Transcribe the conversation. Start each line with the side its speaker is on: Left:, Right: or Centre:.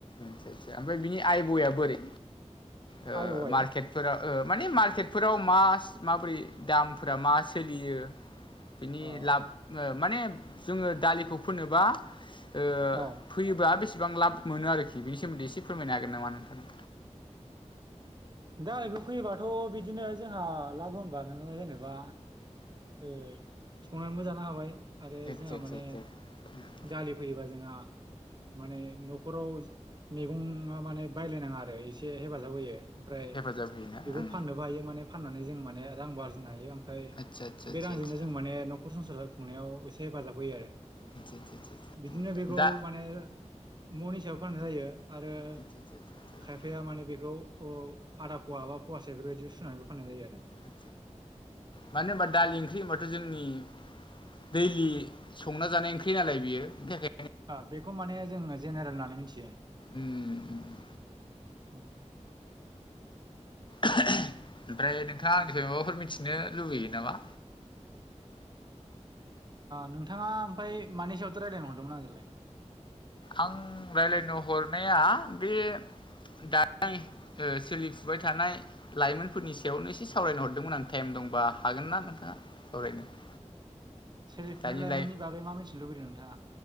Left: आदसा सा ओमफ्राय बिनि आइबयआ बोरै? ओ
Right: आइ औ आइ
Left: मार्केट फोरा ओ‌ माने मार्केटफोराव मास‌ माबोरै दामफोरा मा सोलियो? बिनि
Right: अ
Left: लाब ओ माने जोङो दालिखौ फोनोबा ओ
Right: अ औ
Left: फैयोब्ला बेसेबां लाब मोनो आरोखि बिनि सोमोन्दै एसे फोरमायनो हागोन नामा नोंथां?
Right: दालिखौ फैयोबाथ बिदिनो जोंहा लाब होनबा नोङो जेनेबा ओ संनानैबो जानो हाबाय आरो
Left: आतसा
Right: जोंहा
Left: आतसा
Right: माने
Left: आतसा <inaudible>
Right: दालि फोयोबा जोंहा माने नखराव मैगंआ माने बायलायनाङा आरो एसे हेफाजाब होयो। ओमफ्राय
Left: हेफाजाब होयोना
Right: बेखौ
Left: ओं
Right: फाननोबो हायो माने फाननानै जों माने रां बजिनो हायो ओमफ्राय
Left: आतसा आतसा आतसा
Right: बे रांजोंनो
Left: आतसा
Right: जों माने नखर संसार जा खुंनायाव एसे हेफाजाब होयो आरो।
Left: आतसा आतसा आतसा
Right: बिदिनो बेखौ
Left: दा
Right: माने मन हिसाबै फाननाय जायो। आरो
Left: आतसा आतसा आतसा
Right: खायफाया माने बेखौ आदा पवा बा पवासे बेफोरबायदि सुनानै फाननाय जायो आरो।
Left: आ मानो होनबा दालि ओंख्रि होनबाथ' जोंनि दैलि संना जानाय ओंख्रि नालाय बियो बेनि थाखाय
Right: बेखौ माने जोङो जेनेरेल होननानै मिथियो।
Left: उम
Right: ओ
Left: ओमफ्राय नोंथाङा आंनिफ्राय माबाफोर मिथिनो लुबैयो नामा?
Right: नोंथाङा ओमफ्राय मानै सायावथ' रायज्लायनो हरदोंमोन आंजोंलाय?
Left: आं रायज्लायनो हरनाया बे दानि ओ सोलिफुबाय थानाय लाइमोनफोरनि सायावनो एसे सावरायनो हरदोंमोन आं टाइम दंबा हागोन ना नोंथाङा सावरायनो? <inaudible>
Right: सोलिफुनाय
Left: दानि
Right: लाइमोननि
Left: लाइ ओ
Right: बागै मा मिथि लुबैदों नोंथाङा?